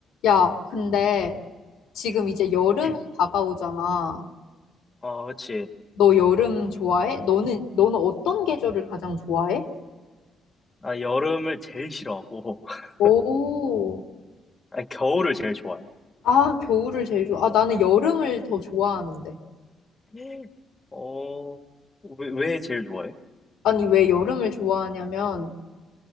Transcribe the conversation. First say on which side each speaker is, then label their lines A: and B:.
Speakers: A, on the left; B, on the left.
A: 야, 근데 지금 이제 여름이
B: 음.
A: 다가오잖아.
B: 아, 그치.
A: 너 여름 좋아해? 너는, 너는 어떤 계절을 가장 좋아해?
B: 나 여름을 제일 싫어하고, <laughs>
A: 오,
B: 아니, 겨울을 제일 좋아해.
A: 아, 겨울을 제일 좋아. 아, 나는 여름을 더 좋아하는데.
B: 예. 어, 왜, 왜 제일 좋아해?
A: 아니, 왜 여름을 좋아하냐면,